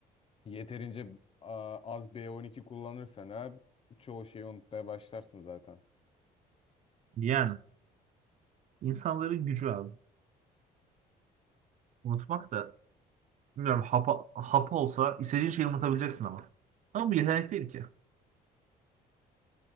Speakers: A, on the left; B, on the right.
A: Yeterince a, az B12 kullanırsan eğer çoğu şeyi unutmaya başlarsın zaten.
B: Yani insanların gücü abi. Unutmak da bilmiyorum hap, hap olsa istediğin şeyi unutabileceksin ama. Ama bu yetenek değil ki.